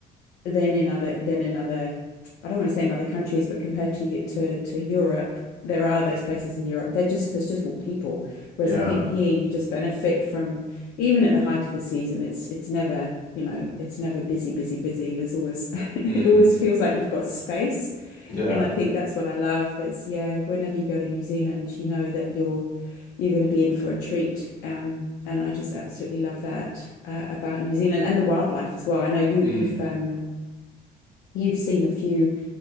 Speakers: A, on the left; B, on the left.
A: than in other than in other I don't want to say in other countries, but compared to to to Europe, there are those places in Europe. They're just there's just more people. Whereas
B: yeah.
A: I think here you just benefit from even at the height of the season, it's it's never, you know, it's never busy, busy, busy. There's always <laughs> it
B: Mm,
A: always feels like you've got space.
B: yeah.
A: And I think that's what I love is yeah, whenever you go to New Zealand, you know that you're you're going to be in for a treat. Um, and I just absolutely love that uh, about New Zealand and the wildlife as well. I know you
B: Mm.
A: you've um, You've seen a few.